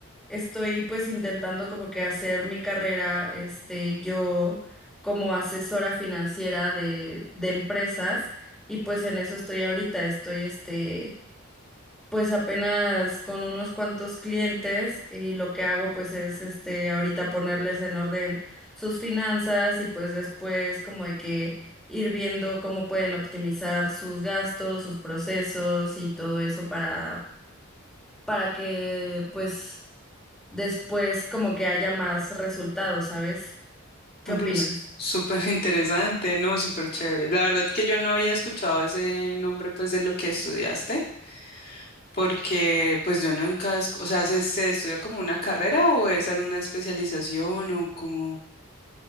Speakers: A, in the centre; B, on the left (about 45°).
A: estoy pues intentando como que hacer mi carrera este yo como asesora financiera de de empresas y pues en eso estoy ahorita, estoy este, pues apenas con unos cuantos clientes y lo que hago pues es este, ahorita ponerles en orden sus finanzas y pues después como de que ir viendo cómo pueden optimizar sus gastos, sus procesos y todo eso para, para que pues después como que haya más resultados, ¿sabes? ¿Qué
B: Ah,
A: opinas?
B: pero es súper <laughs> interesante, ¿no? Súper chévere. La verdad que yo no había escuchado ese nombre, pues, de lo que estudiaste, porque, pues, yo nunca, escu- o sea, ¿se, se estudia como una carrera o es alguna especialización o cómo,